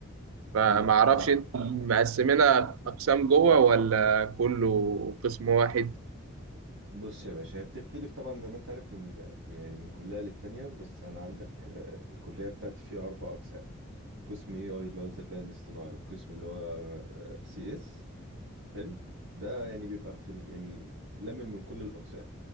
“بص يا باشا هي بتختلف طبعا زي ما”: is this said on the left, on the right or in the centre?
Right